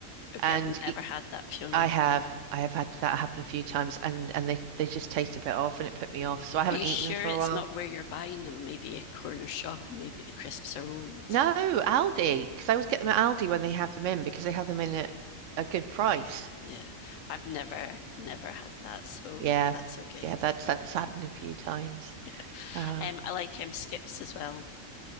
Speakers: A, on the left; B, on the right.
A: Okay,
B: and
A: I've never
B: it,
A: had that, Fiona.
B: I have I have had that happen a few times, and and they they just taste a bit off, and it put me off. So I haven't
A: Are you sure
B: eaten them for
A: it's
B: a while.
A: not where you're buying them? Maybe a corner shop and maybe the crisps are old.
B: No, Aldi, because I always get them at Aldi when they have them in because they have them in at a good price.
A: Yeah. I've never never had that, so
B: Yeah,
A: that's okay.
B: yeah, that's
A: <laughs>
B: that's happened a few times.
A: Yeah.
B: Uh,
A: Um, I like um skips as well.